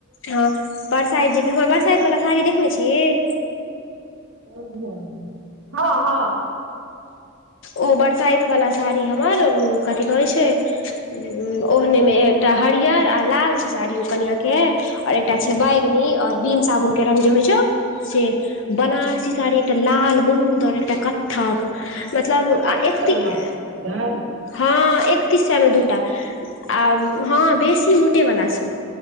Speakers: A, on the left; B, on the right.
A: हाँ बरसाइत जे के हमर बरसाइत वला साड़ी देखने छीही?
B: नइ धियान अइ, हॅं हॅं।
A: ओ बरसाइत वाला साड़ी हमर कथी कहै छै उ ओहने मे एकटा हरियर आ लाल छै साड़ी ओ कनिया के। और एकटा
B: हँ
A: छै बैगनी और बिम साबुन के रंग जे होइ छौ से बनारसी साड़ी एकटा लाल बुन्द और एकटा कत्थक मतलब
B: सबटा
A: आ
B: मोटे
A: एकती
B: वला
A: ए
B: पहिनलकै गै
A: हाँ एकतीस सए मे दूटा आ हँ बेसी मोटे वला स।